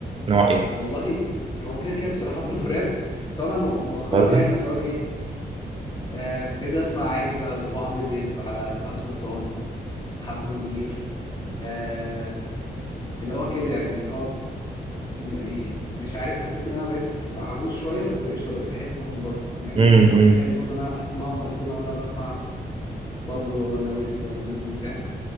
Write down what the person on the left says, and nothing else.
والله هو كده كده بصراحة <laughs> برضه راب بس أنا مؤ- مؤخرا
يعني اللي هو إيه آه، ابتديت أسمع عادي بقى اللي هو عمرو دياب على بهاء سلطان محمد منير آه، اللي هو كده يعني اللي هو م- إيه، مش عارف حسيت ان انا بقيت عجوز شويه بس قشطه بقيت بحبهم برضه مع اني
ما كنتش متخيل برضه ان انا هسمعهم قد ما انا بسمع بابلو ولا ويجز ولا الناس دي فاهم